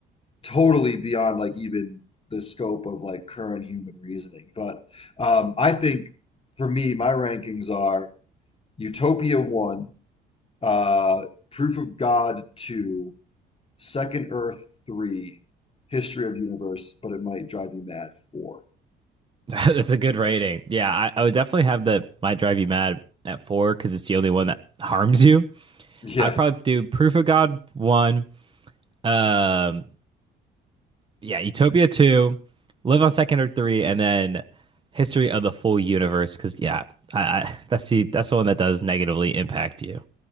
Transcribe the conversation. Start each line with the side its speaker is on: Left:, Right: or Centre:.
Left: totally beyond like even the scope of like current human reasoning. But um, I think for me, my rankings are Utopia one, uh, Proof of God two, Second Earth three, History of Universe, but it might drive you mad four.
Right: <laughs> That's a good rating. Yeah, I, I would definitely have the might drive you mad at four because it's the only one that harms you.
Left: Yeah,
Right: I'd probably do Proof of God one, um, yeah, Utopia two, Live on Second or three, and then History of the Full Universe. Because yeah, I, I that's the that's the one that does negatively impact you.